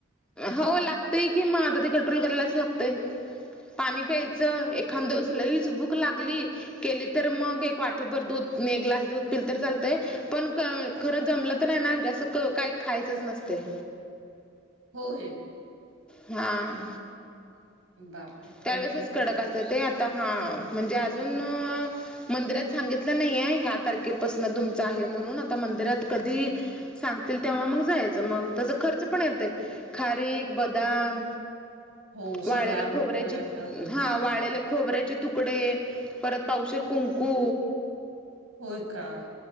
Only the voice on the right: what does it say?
हो ये
बापरे
आहे चांगलं.
हो
सगळं आ आंणून
ठेवां लागतं
होयं कां